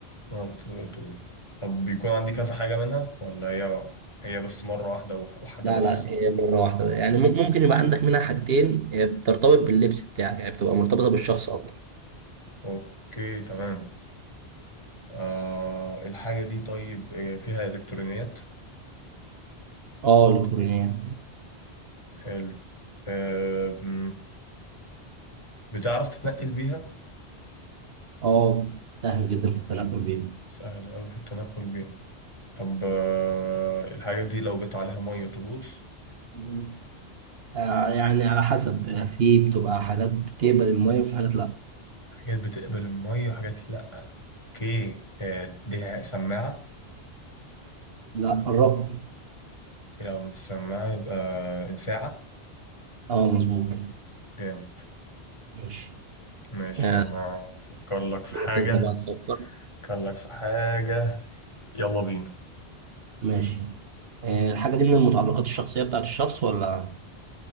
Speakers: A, on the left (about 30°); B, on the right (about 65°).
A: انا عرفت دلوقتي تقول طب بيكون عندي كذا حاجة منها ولا هي هي بس مرة واحدة وح- وحدة
B: لا
A: بس
B: لا هي مرة واحدة يعني مم- ممكن يبقى عندك منها حاجتين هي بترتبط باللبس بتاعك يعني بتبقى مرتبطة بالشخص أكتر
A: اوكي تمام آه الحاجة دي طيب آه، فيها إلكترونيات
B: اه إلكترونيات
A: حلو آه مم، بتعرف تتنقل بيها
B: اه سهل جدا في التنقل
A: سهل أوي في التنقل بيها طب آه الحاجة دي لو جت عليها مية تبوظ
B: بيه آه، يعني على حسب يعني في بتبقى حاجات بتقبل المية وفي حاجات لا
A: حاجات بتقبل المية حاجات لأ أوكي آه دي سماعة
B: لا قربت
A: لو مش سماعة يبقى ساعة
B: اه مظبوط
A: جامد
B: ماشي
A: ماشي
B: آه،
A: أنا أفكر لك في
B: دورك
A: حاجة
B: انت بقى تفكر
A: أفكر لك في حاجة يلا بينا
B: ماشي آه، الحاجة دي من المتعلقات الشخصية بتاعت الشخص ولا